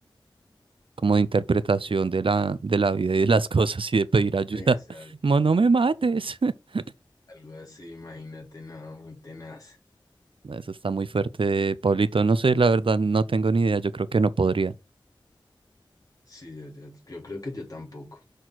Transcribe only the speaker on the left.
Exacto,
algo así, imagínate, no, muy tenaz.
Sí, yo, yo, yo creo que yo tampoco.